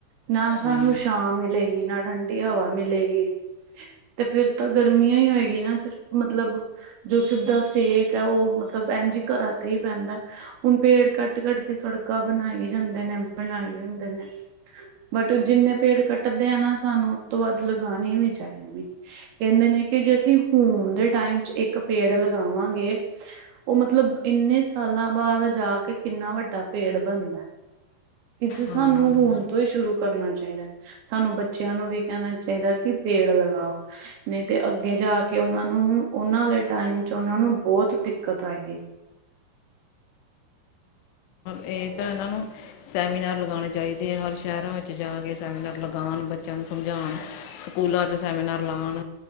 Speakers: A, on the right; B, on the left.
A: ਨਾ ਸਾਨੂੰ
B: ਹਮ।
A: ਛਾਂ ਮਿਲੇਗੀ ਨਾ ਠੰਡੀ ਹਵਾ ਮਿਲੇਗੀ। ਤੇ ਫਿਰ ਤਾਂ ਗਰਮੀਆਂ ਹੀ ਹੋਏਗੀ ਨਾ ਸਿਰ ਮਤਲਬ ਜੋ ਸਿੱਧਾ ਸੇਕ ਐ ਉਹ ਮਤਲਬ ਏੰਜ ਹੀ ਕਰਾਂ ਤੇ ਈ ਪੈਂਦਾ। ਹੁਣ ਪੇੜ ਕੱਟ-ਕੱਟ ਕੇ ਸੜਕਾਂ ਬਣਾਈ ਜਾਂਦੇ ਨੇ, ਬਣਾਈ ਜਾਂਦੇ ਨੇ। ਬਟ ਜਿੰਨੇ ਪੇੜ ਕੱਟਦੇ ਆ ਨਾ ਸਾਨੂੰ ਉਤੋਂ ਵੱਧ ਲਗਾਣੇ ਵੀ ਚਾਈਦੇ ਨੇ। ਕੇੰਦੇ ਨੇ ਕਿ ਜੇ ਅਸੀਂ ਹੁਣ ਦੇ ਟਾਈਮ ਚ ਇੱਕ ਪੇੜ ਲਗਾਵਾਂਗੇ ਉਹ ਮਤਲਬ ਇੰਨੇ ਸਾਲਾਂ ਬਾਦ ਜਾ ਕੇ ਕਿੰਨਾ ਵੱਡਾ ਪੇੜ ਬਨਦਾ। ਇੱਥੇ ਸਾਨੂੰ
B: ਹਾਂ
A: ਹੁਣ ਤੋਂ ਹੀ ਸ਼ੁਰੂ ਕਰਨਾ ਚਾਈਦਾ। ਸਾਨੂੰ ਬੱਚਿਆਂ ਨੂੰ ਵੀ ਕੇਨਾ ਚਾਈਦਾ ਕਿ ਪੇੜ ਲਗਾਓ। ਨੀ ਤੇ ਅੱਗੇ ਜਾ ਕੇ ਓਨਾਂ ਨੂੰ ਓਨਾਂ ਦੇ ਟਾਈਮ ਚ ਉਹਨਾਂ ਨੂੰ ਬੋਤ ਦਿੱਕਤ ਆਏਗੀ।
B: ਏ ਤਾਂ ਇਹਨਾਂ ਨੂੰ ਸੈਮੀਨਾਰ ਲਗਾਉਣੇ ਚਾਈਦੇ ਐ ਹਰ ਸ਼ਹਿਰਾਂ ਵਿੱਚ ਜਾ ਕੇ। ਸੈਮੀਨਾਰ ਲਗਾਨ ਬੱਚਿਆਂ ਨੂੰ ਸਮਝਾਉਣ ਸਕੂਲਾਂ ਚ ਸੈਮੀਨਾਰ ਲਾਣ।